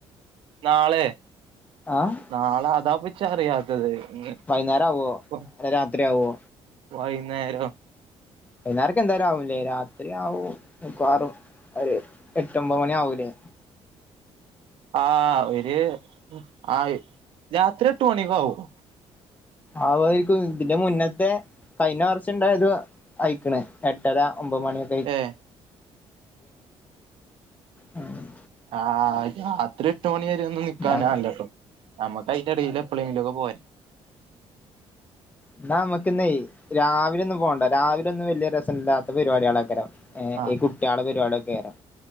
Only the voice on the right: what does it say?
നാളെ
നാളെ അതാപ്പൊ ഇച്ചും അറിയാത്തത് ഇന്ന്
ഇപ്പം
വൈന്നേരം
ആഹ് ഒര് ആഹ് രാത്രി എട്ട് മണി ഒക്കെ ആവും
ഏഹ്
ആഹ് രാത്രി എട്ട് മണി വരെ ഒന്നും നിക്കാനാവില്ലട്ടോ
ഞമ്മക്ക് അയ്ന്റെ എടേല് എപ്പളെങ്കിലും ഒക്കെ പോരെയ്
ആഹ്